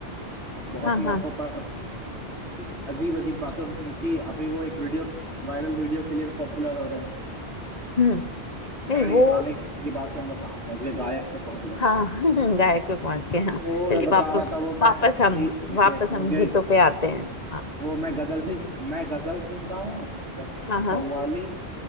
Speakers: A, on the right (about 85°); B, on the left (about 40°).
A: तो बहुत
B: हाँ हाँ
A: मौकों पर कुछ अजीब अजीब बातें उन्होंने की अभी वो एक वीडियो वायरल वीडियो के लिए पॉपुलर हो रहे हैं
B: हम्म नहीं
A: खैर
B: वो
A: ये गाने की बात से हम लोग कहाँ पहुंच गए गायक पे पहुंच गए
B: हाँ <laughs> गायक पे पहुंच गए हाँ
A: तो
B: चलिए
A: ये
B: वापस
A: बता रहा था वो मैं
B: वापस
A: कि
B: हम
A: देखिए
B: वापस हम
A: मुझे
B: गीतों पे आते हैं हाँ
A: वो मैं गजल से मैं गजल सुनता हूँ या
B: हाँ हाँ
A: कव्वाली